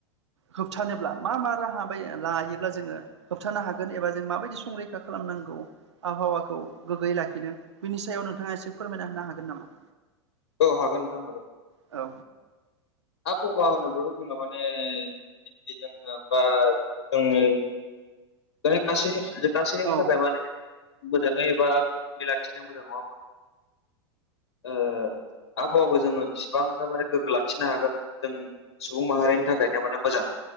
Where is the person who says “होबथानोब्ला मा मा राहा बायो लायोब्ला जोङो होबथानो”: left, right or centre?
Right